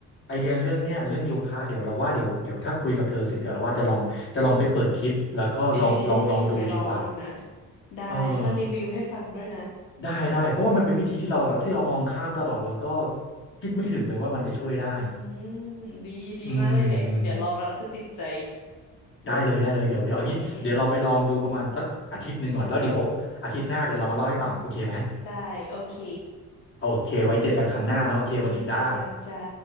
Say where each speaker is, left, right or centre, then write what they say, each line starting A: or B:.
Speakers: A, on the left (about 40°); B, on the left (about 80°).
A: ไอเดียเรื่องเนี้ยเรื่องโยคะเดี๋ยวเราว่าเดี๋ยวเดี๋ยวถ้าคุยกับเธอเสร็จเดี๋ยวเราว่าจะลองจะลองไปเปิดคลิปแล้วก็ลองลองลองดูดีกว่า
B: เออไปลองดูนะได้แล้วมารีวิวให้ฟังด้วยนะ
A: เออได้ได้เพราะว่ามันเป็นวิธีที่เราที่เรามองข้ามตลอดแล้วก็คิดไม่ถึงเลยว่ามันจะช่วยได้
B: อืมดีดีมากเลยแหละเดี๋ยวลองแล้วจะติดใจ
A: อืมได้เลยได้เลยเดี๋ยวเดี๋ยวเอางี้เดี๋ยวเราไปลองดูประมาณสักอาทิตย์หนึ่งก่อนแล้วเดี๋ยวอาทิตย์หน้าเดี๋ยวเรามาเล่าให้ฟังโอเคไหม
B: โอเคได้โอเค
A: โอเค ไว้เจอกันครั้งหน้านะโอเคสวัสดีจ้า
B: ไว้เจอกันจ้า